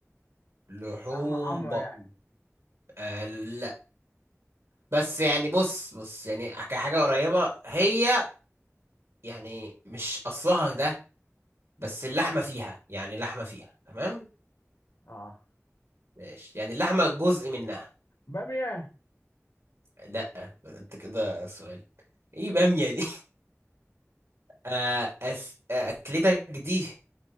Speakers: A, on the right; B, on the left.
A: لحوم
B: لحمه حمرا
A: بق
B: يعني
A: آه لا بس يعني بص بص يعني كحاجة قريبة هي يعني مش أصلها ده بس اللحمة فيها يعني لحمة فيها تمام
B: اه
A: ماشي يعني اللحمة جزء منها
B: باميه
A: لا انت كده سؤالي ايه بامية دي <laughs> آه أس... آه أكلتك دي